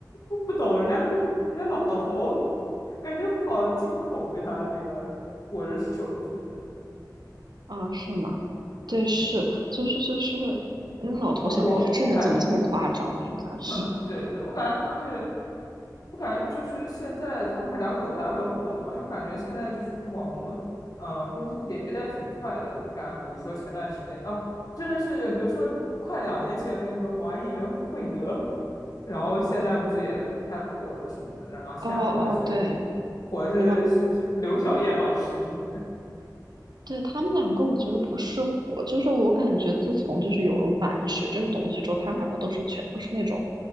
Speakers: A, on the left; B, on the right.
A: 我不懂人家人家老头，<laughs> 感觉好惊恐，被他那个握着手什么的。
B: 哦，是吗？对，是，
A: 嗯，
B: 就是就是，那个老头想说啊，
A: 哦，我我感
B: 这人怎么这么夸张啊？应该是，
A: <laughs> 嗯，对对，我感觉，而且我感觉就是现在他们还两口子还很火嘛，因为我感觉现在就是网红，嗯、更新迭代挺快的，就感觉比如说前段时间啊，真的是比如说快两年前那个什么完颜慧德，然后现在不是也不太火了什么的，然后现在火的是
B: 哦哦，对，
A: 火的是是是刘晓燕老师什么的，
B: 那对他们两个，我觉得不是火，就是我感觉自从就是有了晚学这个东西之后，他们两个都是全都是那种，